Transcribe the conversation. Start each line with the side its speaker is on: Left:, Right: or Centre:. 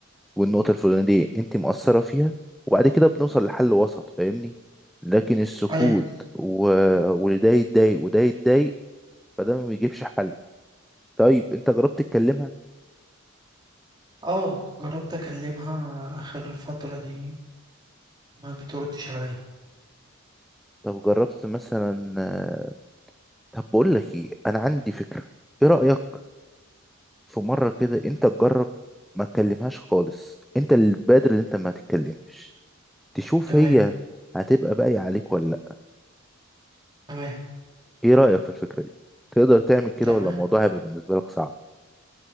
Centre: والنقطة الفلانية دي انت مؤثرة فيها وبعد كده بنوصل لحل وسط فاهمني لكن السكوت
Right: أيوه
Centre: و... وده يتضايق وده يتضايق فده ما بيجيبش حل طيب انت جربت تكلمها
Right: أه جربت أكلمها آخر الفترة دي ما بتردش عليا
Centre: طب جربت مثلا آه، طب بقول لك ايه انا عندي فكرة ايه رأيك في مرة كده انت تجرب ما تكلمهاش خالص انت اللي تبادر ان انت ما تتكلمش تشوف
Right: تمام
Centre: هي هتبقى باقية عليك ولا لأ
Right: تمام
Centre: ايه رأيك في الفكرة دي تقدر تعمل كده
Right: تمام
Centre: ولا الموضوع هيبقى بالنسبة لك صعب